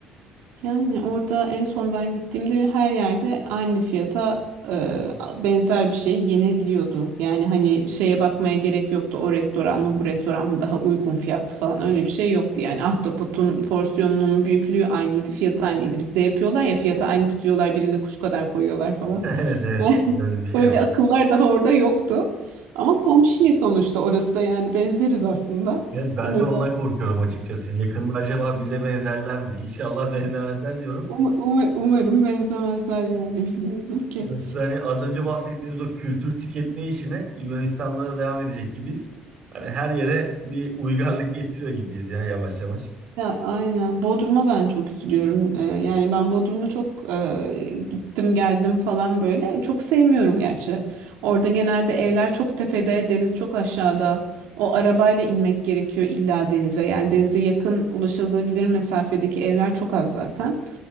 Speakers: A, on the right; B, on the right.
A: Yani orada en son ben gittiğimde her yerde aynı fiyata e, benzer bir şey yenebiliyordu. Yani hani şeye bakmaya gerek yoktu. O restoran mı bu restoran mı daha uygun fiyatlı falan öyle bir şey yoktu. Yani ahtapotun porsiyonunun büyüklüğü aynıydı, fiyatı aynıydı. Bizde yapıyorlar ya fiyatı aynı tutuyorlar, birinde kuş kadar koyuyorlar falan.
B: <laughs> Evet evet
A: <laughs>
B: böyle bir şey
A: Öyle
B: var.
A: akıllar daha orada yoktu. Ama komşu sonuçta orası da yani benzeriz aslında.
B: Evet, ben
A: Hani
B: de ondan korkuyorum açıkçası. Yakında acaba bize benzerler mi? İnşallah <laughs> benzemezler diyorum.
A: um- um- umarım benzemezler yani bilmiyorum ki.
B: Yoksa hani az önce bahsettiğimiz o kültür tüketme işine Yunanistan'da da devam edecek gibiyiz. Hani her yere bir uygarlık getiriyor gibiyiz ya yavaş yavaş.
A: Ya aynen. Bodrum'a ben çok üzülüyorum. Ee, yani ben Bodrum'u çok e, gittim geldim falan böyle. Çok sevmiyorum gerçi. Orada genelde evler çok tepede, deniz çok aşağıda. O arabayla inmek gerekiyor illa denize. Yani denize yakın ulaşılabilir mesafedeki evler çok az zaten.